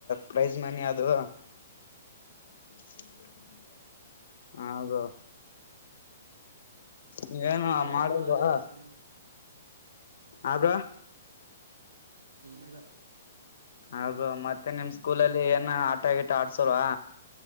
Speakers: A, on the left (about 70°); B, on the right (about 85°).
A: ಪ್ರೈಜ್ ಮನಿ ಅದು. <unintelligible> ಹ ಬ್ರೋ. ನೀವೇನು
B: ಏನಿಲ್ಲ
A: ಮಾಡಲ್ವಾ.
B: ಬ್ರೋ ಹಾಗೆ ಸುಮ್ನೆ
A: ಹಾ ಬ್ರೋ
B: ಏನಿಲ್ಲಾ
A: ಹಾ ಬ್ರೋ ಮತ್ತೆ ನಿಮ್ ಸ್ಕೂಲಲ್ಲಿ ಏನ ಆಟಾ ಗಿಟಾ ಆಡ್ಸೋಲ್ವಾ